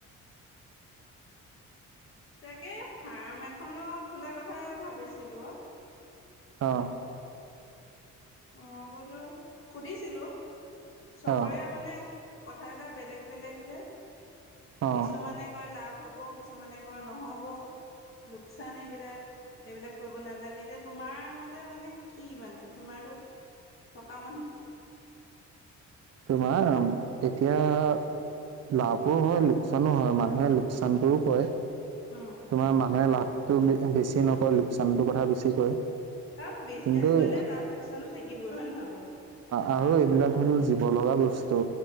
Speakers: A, on the left (about 45°); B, on the right (about 55°).
A: তাকে ফাৰ্ম এখনো খোলা কথা ভাবিছিলো।
B: অ।
A: অ বোলো সুধিছিলো চবৰে
B: অ
A: মানে। কথাবিলাক বেলেগ বেলেগ যে
B: অ
A: কিছুমানে কয় লাভ। হ'ব কিছুমানে কয় নহ'ব। লোকচান এইবিলাক, এইবিলাক কৰিব নালাগে এতিয়া তোমাৰ মতে মানে। কি মানে তোমাৰতো থকা মানুহ।
B: তোমাৰ এতিয়া লাভো হয় লোকচানো হয় মা নুহে লোকচানটোও
A: উম
B: কৰে
A: উম
B: তোমাৰ মানুহে লাভ তো বেছি নকয় লোকচানটোৰ কথা বেছি কয়।
A: আৰু বিজনেচ
B: কিন্তু
A: কৰিলে
B: অ
A: লাভ লোকচানো থাকিবই হয় নহয় বাৰু।
B: আৰু এইবিলাক হ'ল জীৱ লগা বস্তু